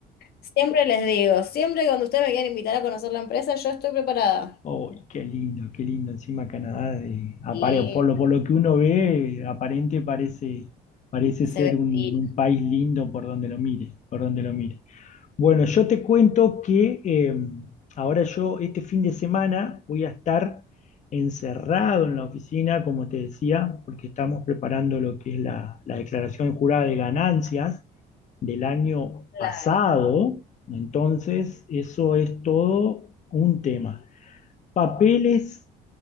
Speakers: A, on the left; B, on the left.
A: Siempre les digo, siempre cuando ustedes me quieran invitar a conocer la empresa, yo estoy preparada.
B: Oh, qué lindo, qué lindo. Encima Canadá, de, apare-
A: Y
B: por lo, por lo que uno ve, aparente parece, parece
A: se
B: ser
A: ve,
B: un,
A: y
B: un país lindo por donde lo mire, por donde lo mire. Bueno, yo te cuento que eh, ahora yo este fin de semana voy a estar encerrado en la oficina, como te decía, porque estamos preparando lo que es la, la declaración jurada de ganancias del año
A: claro,
B: pasado. Entonces, eso es todo un tema papeles